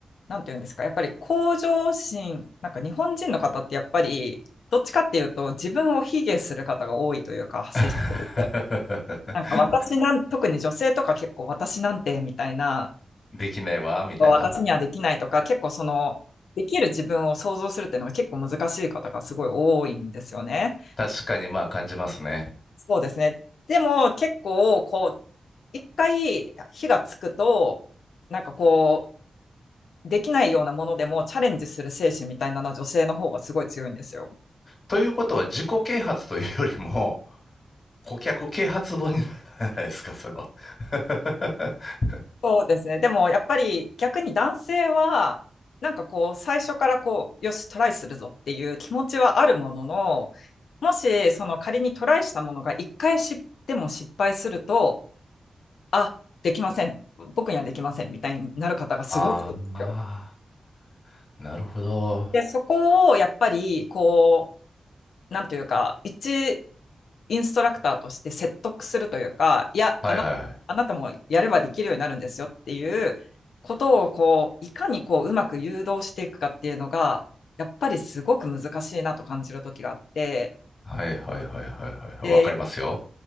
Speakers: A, on the left (about 85°); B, on the left (about 45°).
A: なんていうんですか、やっぱり向上心、なんか日本人の方ってやっぱり、どっちかっていうと自分を卑下する方が多いというか、接してると。
B: <laughs>
A: なんか私なん、特に女性とか結構私なんてみたいな、
B: できないわ、みたいな。
A: 私にはできないとか、結構その、できる自分を想像するっていうのが結構難しい方がすごい多いんですよね。
B: 確かにまあ感じますね。
A: そうですね。でも結構こう一回火がつくとなんかこうできないようなものでもチャレンジする精神みたいなのは女性の方がすごい強いんですよ。
B: ということは自己啓発というよりも、顧客啓発本にならないですか、それは。<laughs>
A: そうですね。でもやっぱり逆に男性はなんかこう最初からこうよしトライするぞっていう気持ちはあるもののもしその仮にトライしたものが一回しでも失敗するとあできません僕にはできませんみたいになる方がすごい多いんですよ。
B: ああ、なるほど。
A: で、そこをやっぱり、こう、なんというか、一インストラクターとして説得するというか、いや、
B: はいはいはい。
A: あな、あなたもやればできるようになるんですよっていうことを、こう、いかにこう、うまく誘導していくかっていうのが、やっぱりすごく難しいなと感じる時があって、
B: はいはいはいはいはい。
A: で、
B: わかりますよ。